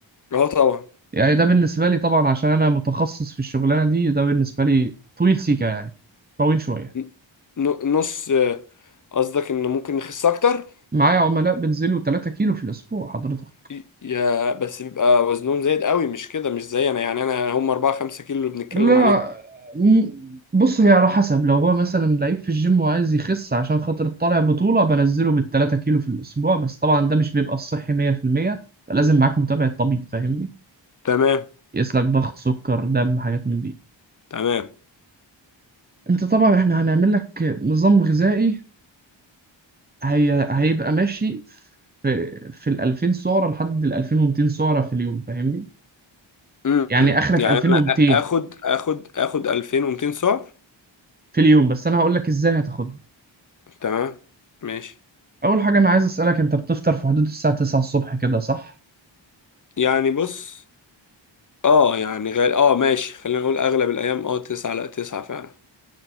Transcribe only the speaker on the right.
يعني ده بالنسبه لي طبعا عشان انا متخصص في الشغلانه دي ده بالنسبه لي طويل سيكا يعني طويل شويه
معايا عملاء بنزلوا 3 كيلو في الاسبوع حضرتك
لا
م- بص هي على حسب لو هو مثلا لعيب في الجيم وعايز يخس عشان خاطر طالع بطولة بنزله بالتلاتة كيلو في الأسبوع بس طبعا ده مش بيبقى الصحي مية في المية فلازم معاك متابعة طبيب فاهمني
يقيس لك ضغط سكر دم حاجات من دي
انت طبعا احنا هنعمل لك نظام غذائي هي... هيبقى ماشي في في ال 2000 سعرة لحد ال 2200 سعرة في اليوم فاهمني
يعني اخرك
2200
في اليوم بس انا هقول لك ازاي هتاخدهم
اول حاجه انا عايز اسالك انت بتفطر في حدود الساعه 9 الصبح كده صح